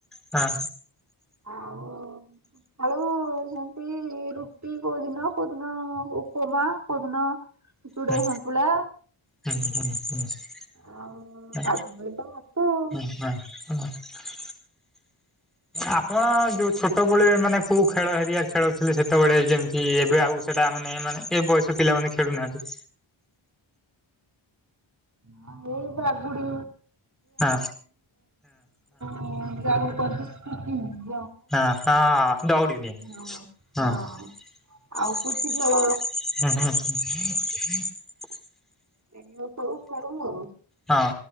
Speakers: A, in the centre; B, on the right.
A: ହଁ
B: ଆଉ ଆଳୁ ସେଇ ରୁଟି କୋଉ ଦିନ କୋଉ ଦିନ ଉପମା କୋଉ ଦିନ ଚୁଡ଼ା
A: ହୁଁ
B: ସନ୍ତୁଳା।
A: ହୁଁ ହୁଁ ହୁଁ
B: ଆଉ
A: ହ
B: ଗାଧୁଆବେଳେ
A: ହୁଁ
B: ତ ଭାତ ଆଉ।
A: ହଁ ହଁ। ଆପଣ ଯୋଉ ଛୋଟବେଳେ ମାନେ କୋଉ ଖେଳ ହେରିଆ ଖେଳୁଥିଲେ ସେତେବେଳେ ଯେମିତି ଏବେ ଆଉ ସେ ତା ମାନେ ଏମାନେ ଏ ବୟସ ପିଲାମାନେ ଖେଳୁନାହାନ୍ତି।
B: ହଁ ଏଇ ବାଗୁଡି।
A: ହଁ।
B: <unintelligible>
A: ହଁ ହଁ ଦଉଡ଼ିି
B: ହଁ ହଁ
A: ଡିଆଁ ହଁ।
B: ଆଉ ପୁଚି ଖେଳ
A: ହୁଁ ହୁଁ ହ।
B: ଏଇ ସବୁ ଖଳୁ ଆଉ।
A: ହଁ।